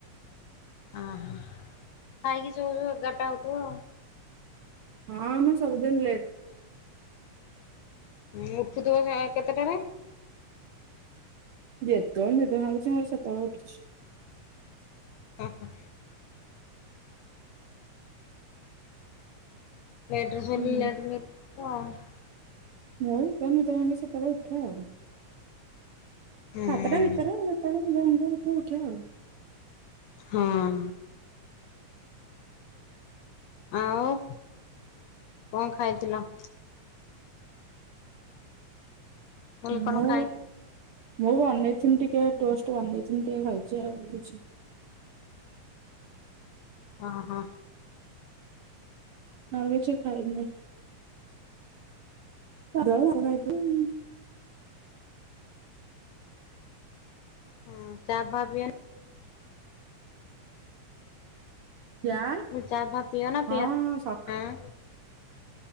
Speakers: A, on the left; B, on the right.
A: ଖାଇକି ଶୋଉ ଏଗାର୍ ଟା ହଉ--ବ ଆଉ।
B: ହଁ, ମୁଁ ସବୁ ଦିନ୍‌ ଲେଟ୍।
A: <inaudible>
B: ଯେତବଳେ ନିଦ ଭାଙ୍ଗୁଚି ମୋର ସେତବଳେ ଉଠୁ।
A: ଓ ହୋ <inaudible>
B: ହୁଁ ମୋର ନିଦ ଭାଙ୍ଗେ ସେତ----ଳେ ଉଠେ ଆଉ।
A: ହୁଁ
B: <inaudible>
A: ହଁ! ଆଉ ଙ୍କ ଖାଇଥିଲ? କହିଲି
B: ମୁଁ,
A: କଣ ଖାଇଥିଲ?
B: ମୁଁ ବନେଇ ଟିକେ ଟୋଷ୍ଟ୍ ବନେଇ ଟିକେ ଖାଇଚି ଆଉ।
A: ହଁ ହଁ।
B: ଆଉ କିଛି ଖାଇବିନି। <unintelligible>
A: ହୁଁ ଚା ଫା ପିୟା
B: ଜା
A: ଚା ଫା ପିଅ ନା ପିଅ?
B: ହଁ ସଖ
A: ଆଁ